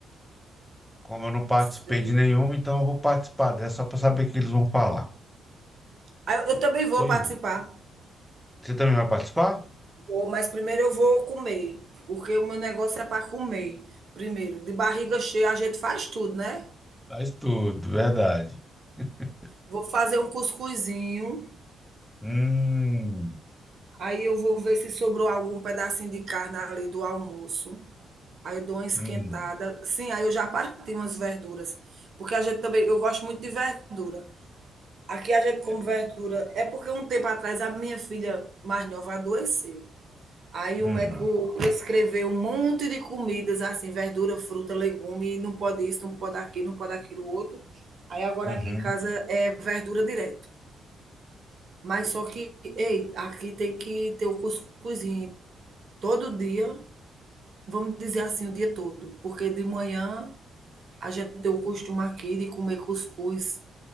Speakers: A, in the centre; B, on the right.
A: Como eu não participei
B: sei.
A: de nenhuma, então eu vou participar dessa só para saber o que eles vão falar.
B: Aí Eu, eu também vou
A: Pois,
B: participar.
A: você também vai participar?
B: Vou, mas primeiro eu vou comer, porque o meu negócio é para comer. Primeiro, de barriga cheia a gente faz tudo, né?
A: Faz tudo, verdade. <laughs>
B: Vou fazer um cuscuzinho,
A: Hum,
B: aí eu vou ver se sobrou algum pedacinho de carne ali do almoço. Aí eu dou uma esquentada.
A: hum,
B: Sim, aí eu já parti umas verduras, porque a gente também, eu gosto muito de verdura. Aqui a gente come
A: é,
B: verdura. É porque um tempo atrás a minha filha mais nova adoeceu. Aí
A: uhum,
B: o médico prescreveu um monte de comidas, assim, verdura, fruta, legume, não pode isso, não pode aquilo, não pode aquilo outro. Aí agora
A: uhum,
B: aqui em casa é verdura direto. Mas só que, ei, aqui tem que ter o cuscuzinho todo dia, vamos dizer assim, o dia todo. Porque de manhã a gente tem o costume aqui de comer cuscuz